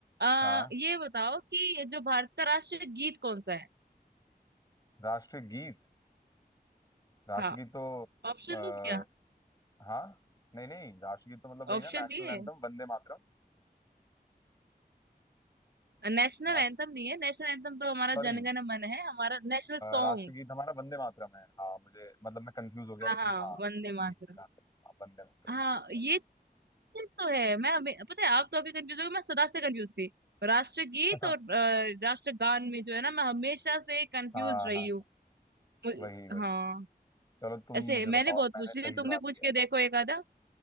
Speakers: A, on the right (about 85°); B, on the left (about 20°).
A: आ,
B: हाँ
A: ये बताओ कि जो भारत का राष्ट्रीय गीत कौन सा है
B: राष्ट्रीय गीत राष्ट्रगीत
A: हाँ
B: तो
A: ऑप्शन
B: आ,
A: दो क्या
B: हाँ नहीं नहीं राष्ट्रगीत तो मतलब वही
A: ऑप्शन
B: ना नेशनल
A: चाहिए
B: एंथम वंदे मातरम
A: नेशनल
B: राष्ट्र
A: एंथम नहीं है नेशनल एंथम तो हमारा
B: सॉरी
A: जनगण मन है हमारा नेशनल सॉन्ग
B: राष्ट्रगीत हमारा वंदे मातरम है हाँ मुझे मतलब मैं कंफ्यूज हो गया
A: हाँ
B: लेकिन
A: हाँ
B: हाँ
A: वंदे मातरम
B: ये राष्ट्रगीत, हाँ, वंदे मातरम
A: हाँ
B: है ये
A: ये चीज तो है मैं हमे- पता है आप तो अभी कंफ्यूज हो गए, मैं सदा से कंफ्यूज थी राष्ट्रगीत
B: <laughs>
A: और अ, राष्ट्रगान में जो है ना मैं हमेशा से कंफ्यूज
B: हाँ
A: रही
B: हाँ
A: हूँ मुझे-
B: वही वही
A: हाँ
B: चलो तुम
A: ऐसे
B: मुझे
A: मैंने
B: बताओ
A: बहुत
B: मैंने
A: पूछ लिया
B: सही
A: तुम
B: जवाब
A: भी पूछ
B: दिया
A: के
B: है
A: देखो एक आधा